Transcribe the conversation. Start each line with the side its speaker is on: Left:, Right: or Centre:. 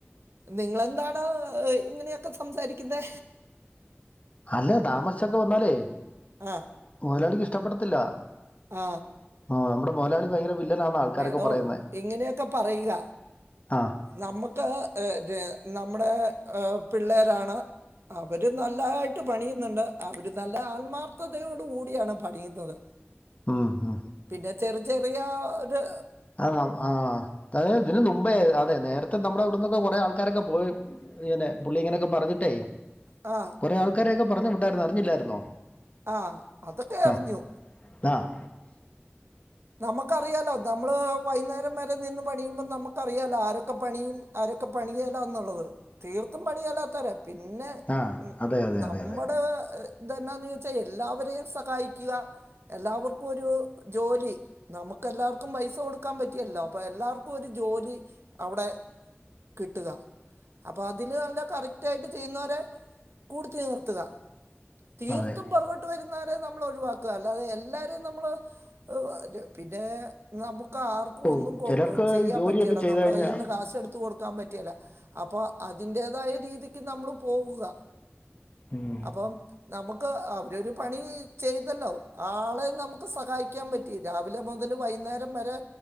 Right: നിങ്ങളെന്താണ് ഒ ഇങ്ങനെയൊക് സംസാരിക്കുന്നെ
Left: അല്ല താമസ്ച്ചൊക്കെ വന്നാലേ
Right: ആ
Left: മൊതലാളിക്കിഷ് ഷ്ടപ്പെടത്തില്ല
Right: ആ
Left: ആ നമ്മുടെ മൊദലാളി ഭയങ്കര വില്ലനാന്ന് ആൾക്കാരൊക്കെ
Right: എടോ
Left: പറയുന്നത്
Right: ഇങ്ങനെയൊക്കെ പറയ്ക
Left: ആ
Right: നമ്മുക്ക് ഏ ര നമ്മുടെ ആ പിള്ളേരാണ് അവര് നല്ലതായിട്ട് പണിയുന്നുണ്ട് അവര് നല്ല ആൽമാർത്ഥതയോട് കൂടിയാണ് പണിയുന്നത്
Left: ഉം ഉം
Right: പിന്നെ ചെറ് ചെറിയ ഹ്
Left: അ ആ തേ ഇതിന് നുമ്പേ അതെ നേരത്തെ നമ്മുടെവിട്ന്നൊക്കെ കുറെ ആൾ ക്കാരൊക്കെ പോയി ഇങ്ങനെ പുള്ളി ഇങ്ങനെയൊക്കെ പറഞ്ഞിട്ടേ
Right: ആ
Left: കൊറേ ആൾക്കാരേക്കെ പ റഞ്ഞു വിട്ടായിരുന്നു അറിഞ്ഞില്ലായിരുന്നോ
Right: ആ അതൊക്കെയറിഞ്ഞു
Left: ആഹ് ആഹ്
Right: നമക്കറിയാലോ നമ്മള് വൈന്നേരംവരെ നിന്ന് പണിയുമ്പോൾ നമുക്കറിയാലോ ആരൊക്കെ പണിയും ആരൊക്കെ പണിയേലാന്നുള്ളത് തീർത്തും പണിയെല്ലാ തരം പിന്നെ
Left: ആഹ്
Right: ഹ്
Left: അതെ അതെ
Right: നമ്മടെ
Left: അതെ അതെ
Right: ഹ് ഇതെന്നാന്ന് വെച്ചാൽ എല്ലാവരേയും സകായിക്കുക എല്ലാവർക്കും ഒരൂ ജോലി നമുക്ക് എല്ലാവർക്കും പൈസ കൊടുക്കാൻ പറ്റില്ലല്ലോ അപ്പൊ എല്ലാർക്കും ഒരു ജോലി അവിടെ കിട്ടുക അപ്പൊ അതില് നല്ല കറക്റ്റായിട്ട് ചെയ്യുന്നൊരെ കൂട്ത്തി നിർത്തുക തീർത്തും
Left: അതെ
Right: പൊറകോട്ട് വരുന്ന <unintelligible> നമ്മൾ ഒഴിവാക്കുക അല്ലാതെ എല്ലാരും നമ്മള് <unintelligible> <unintelligible> നമുക് <unintelligible> ആർക്കും
Left: ഓ
Right: ഒന്നും കൊ
Left: ചിലർക്ക്
Right: ചെയ്യാൻ
Left: ജോലിയൊക്കെ
Right: പറ്റിയേല്ല
Left: ചെയ്ത്
Right: നമ്മുടെ
Left: കഴിഞ്ഞാ
Right: കയ്യിൽ നിന്ന് കാശ് എടുത്ത് കൊടുക്കാൻ പറ്റിയേല്ല അപ്പൊ അതിന്റേതായ രീതിക്ക് നമ്മൾ പോവുക
Left: ഉം
Right: അപ്പം നമുക്ക് അവരൊരു പണി ചെയ്തല്ലോ ആളെ നമുക്ക് സഹായിക്കാൻ പറ്റ് ഇ രാവ്ൽ രം മുതല് വൈന്നേരം വരെ